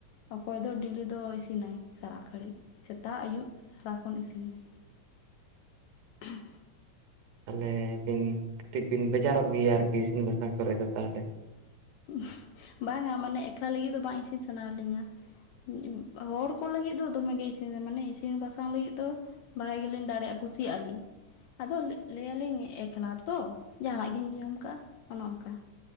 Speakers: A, on the left; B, on the right.
A: ᱚᱠᱚᱭ ᱫᱚ ᱰᱤᱞᱤ ᱫᱚ ᱤᱥᱤᱱᱟᱭ ᱥᱟᱨᱟ ᱜᱷᱟᱹᱲᱤᱡ ᱥᱮᱛᱟᱜ, ᱟᱹᱭᱩᱵ, ᱥᱟᱨᱟ ᱠᱷᱚᱱ ᱤᱥᱤᱱ ᱢᱮ᱾ ᱩᱸᱻ
B: ᱛᱟᱦᱚᱞᱮ ᱵᱤᱱ ᱠᱟᱹᱴᱤᱡ ᱵᱤᱱ ᱵᱮᱡᱟᱨᱚᱜ ᱜᱮᱭᱟ, ᱟᱨᱠᱤ ᱤᱥᱤᱱ ᱵᱟᱥᱟᱝ ᱠᱚᱨᱮ ᱫᱚ ᱛᱟᱦᱚᱞᱮ?
A: ᱩᱸᱦ ᱵᱟᱝᱟ ᱢᱟᱱᱮ ᱮᱠᱞᱟ ᱞᱟᱹᱜᱤᱫ ᱫᱚ ᱵᱟᱝ ᱤᱥᱤᱱ ᱥᱟᱱᱟ ᱞᱤᱧᱟ ᱩᱸᱻᱧ ᱦᱚᱲ ᱠᱚ ᱞᱟᱹᱜᱤᱫᱼᱼ ᱫᱚ ᱫᱚᱢᱮ ᱜᱮ ᱤᱥᱤᱱ ᱮ ᱢᱟᱱᱮ ᱤᱥᱤᱱ ᱵᱟᱥᱟᱝ ᱞᱟᱹᱜᱤᱫ ᱫᱚ ᱵᱷᱟᱜᱮ ᱞᱤᱧ ᱫᱟᱲᱮᱭᱟᱜ-ᱟ ᱾ ᱠᱩᱥᱤᱭᱟᱜ-ᱟ ᱞᱤᱧ᱾ ᱟᱫᱚ ᱞᱟᱹᱜ ᱞᱟᱹᱭᱟ ᱞᱤᱧ ᱮᱠᱷᱞᱟ ᱛᱚ ᱡᱟᱦᱟᱸ ᱱᱟᱜ ᱜᱤᱧ ᱡᱚᱢ ᱠᱟᱜ-ᱟ ᱾ᱚᱱᱮ ᱚᱝᱠᱟ᱾